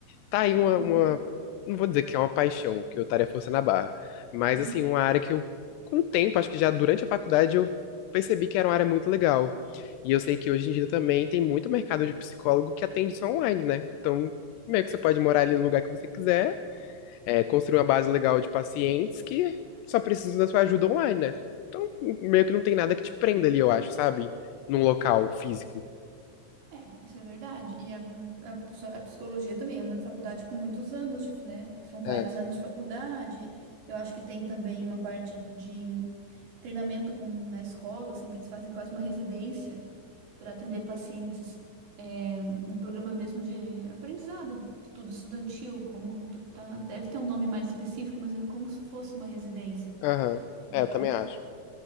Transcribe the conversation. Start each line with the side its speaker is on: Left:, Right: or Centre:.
Left: tá aí
Right: Uhum,
Left: uma, uma- Não vou dizer que é uma paixão, que eu estaria forçando a barra. Mas,
Right: uhum.
Left: assim, uma área que eu, com o tempo, acho que já durante a faculdade, eu percebi que era uma área muito legal. E eu sei que hoje em dia também tem muito mercado de psicólogo que atende só online, né? Então, meio que você pode morar ali no lugar que você quiser, é, construir uma base legal de pacientes que só precisam da sua ajuda online, né? Então, meio que não tem nada que te prenda ali, eu acho, sabe? Num local físico.
Right: É, isso é verdade. E a, a, pessoa- a psicologia também é uma faculdade com muitos anos, de- né? São vários
Left: É.
Right: anos de faculdade. Eu acho que tem também uma parte de treinamento com, na escola, assim, que eles fazem quase uma residência para atender pacientes é, num programa mesmo de aprendizado, tudo estudantil, como tu- tá, deve ter um nome mais específico, mas é como se fosse uma residência.
Left: Aham.
Right: Então,
Left: É, eu também acho.